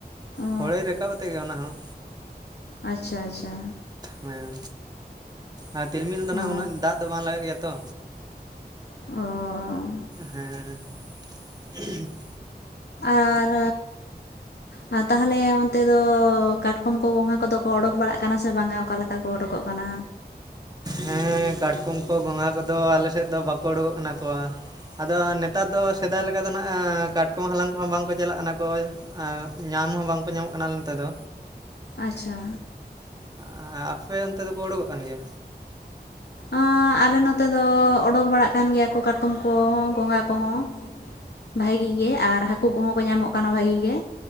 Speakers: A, on the left; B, on the right.
A: ᱚ
B: ᱦᱩᱲᱚᱭ ᱨᱟᱠᱟᱵᱽ ᱛᱮᱜᱮ ᱚᱱᱟ ᱦᱚᱸ᱾
A: ᱟᱪᱪᱷᱟ ᱟᱪᱪᱷᱟ᱾
B: ᱦᱮᱸ, ᱟᱨ ᱛᱤᱞᱢᱤᱞ ᱫᱚ
A: ᱚ
B: ᱱᱷᱟᱸᱜ ᱩᱱᱟᱹᱜ ᱫᱟᱜ ᱫᱚ ᱵᱟᱝ ᱞᱟᱜᱟᱜ ᱜᱮᱭᱟ ᱛᱚ?
A: ᱚᱻ᱾
B: ᱦᱮᱸᱻ <unintelligible>
A: ᱟᱨᱻ ᱨᱟ ᱛᱟᱦᱮᱞᱮ ᱚᱱᱼᱼ ᱠᱟ ᱛᱮᱫᱚ ᱠᱟᱴᱠᱚᱢ ᱠᱚ ᱜᱚᱝᱜᱷᱟ ᱠᱚᱫᱚ ᱠᱚ ᱚᱰᱚᱠ ᱵᱟᱲᱟᱜ ᱠᱟᱱᱟ ᱥᱮ ᱵᱟᱝᱼᱟ ᱚᱠᱟ ᱞᱮᱠᱟ ᱠᱚ ᱚᱰᱚᱠᱚᱜ ᱠᱟᱱᱟ?
B: ᱦᱮᱸ <unintelligible> ᱦᱮᱸ, ᱠᱟᱴᱠᱚᱢ ᱠᱚ ᱜᱚᱸᱜᱷᱟ ᱠᱚᱫᱚ ᱟᱞᱮ ᱥᱮᱫ ᱫᱚ ᱵᱟᱠᱚ ᱩᱰᱚᱠᱚᱜ ᱠᱟᱱᱟ ᱠᱚᱶᱟ᱾ ᱟᱫᱚ ᱱᱮᱛᱟᱨ ᱫᱚ ᱥᱮᱫᱟᱭ ᱞᱮᱠᱟ ᱫᱚ ᱱᱷᱟᱸᱜ ᱮᱻ ᱠᱟᱴᱠᱚᱢ ᱦᱟᱞᱟᱝ ᱠᱚᱦᱚᱸ ᱵᱟᱝᱠᱚ ᱪᱟᱞᱟᱜ ᱠᱟᱱᱟ ᱠᱚᱭ, ᱟᱸᱻᱝᱜ, ᱧᱟᱢ ᱦᱚᱸ ᱵᱟᱝᱠᱚ ᱧᱟᱢᱚᱜ ᱠᱟᱱᱟ ᱟᱞᱮ ᱱᱚᱛᱮ ᱫᱚ᱾
A: ᱟᱪᱪᱷᱟ᱾
B: ᱟᱸᱻᱟᱸ ᱟᱯᱮ ᱚᱱᱛᱮ ᱫᱚᱠᱚ ᱚᱰᱚᱠᱚᱜ ᱠᱟᱱ ᱜᱮᱭᱟ?
A: ᱟᱻ ᱟᱞᱮ ᱱᱚᱛᱮ ᱫᱚ ᱚᱰᱚᱠ ᱵᱟᱲᱟᱜ ᱠᱟᱱ ᱜᱮᱭᱟ ᱠᱚ ᱠᱟᱴᱠᱚᱢ ᱠᱚ ᱜᱚᱝᱜᱷᱟ ᱠᱚᱦᱚᱸ᱾ ᱵᱷᱟᱜᱤ ᱜᱮ ᱟᱨ ᱦᱟᱠᱩ ᱠᱚᱦᱚᱸ ᱠᱚ ᱧᱟᱢᱚᱜ ᱠᱟᱱᱟ ᱵᱷᱟᱜᱤ ᱜᱮ,